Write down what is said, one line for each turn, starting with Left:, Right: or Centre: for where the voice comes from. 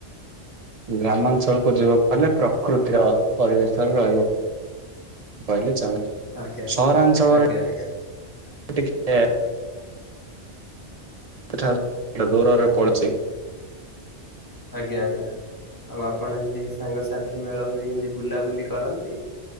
Right: ଗ୍ରାମାଞ୍ଚଳକୁ ଯିବାକୁ ହେଲେ ପ୍ରକୃତିର ପରିବେଶରେ ରହିବ। <unintelligible> କହିଲେ ଚଳେ
Left: ଆଜ୍ଞା
Right: ସହରାଞ୍ଚଳରେ
Left: ଆଜ୍ଞା ଆଜ୍ଞା।
Right: <unintelligible> <unintelligible> ଦୂରରେ ପଡିଛି
Left: ଆଜ୍ଞା ଆଜ୍ଞା। ଆଉ ଆପଣ ଏମିତି ସାଙ୍ଗସାଥି ମେଳ ହୋଇ ଏମିତି ବୁଲାବୁଲି କରନ୍ତି?